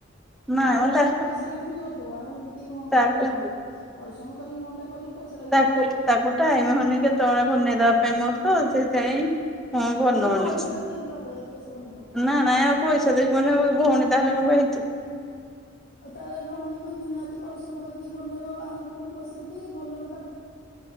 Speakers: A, in the centre; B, on the left.
A: ନାଇଁ
B: ଆ ଭଲ
A: ମ ତା
B: କିନ୍ତୁ ପଇସା ଟା କିନ୍ତୁ ଦଉଥିବ ଆଉ ଏମିତି ଭଉଣ
A: ତାକୁ
B: ଟେ କଲେ ହବନି ପରିଶ୍ରମ କରିକି ଭଉଣ ଟା କରିବ? ପଇସା ଟା ବି
A: ତାକୁ
B: ଦବ
A: ତାକୁ ଟାଇମ ହଉନି କେତେବେଳେ ବନେଇଦବା ପାଇଁ ମୋ ହଁ ସେଥିାଇଁ ହଁ ବନଉନି
B: ନାଇଁ ପଇସା ଟା ଦିଅନ୍ତୁ ଆଗୁଆ ଦେଖିବେ ସେ ବନେଇଦବ
A: ନା ନାଇଁ ଆଉ ପଇସା ଦେଇକି ମନେବ ଭଉଣୀ ତାହେଲେ କଣ ହେଇ <unintelligible>
B: ଆଉ ତାହେଲେ ଭଉଣୀ ବି ଦିନ ରାତି ପଶ୍ରମ କରିକି ବନେଇବ ବାହାର ଲୋକଙ୍କୁ ଗୋଟେ ପଇସା ରିକି ଘରଲୋକ?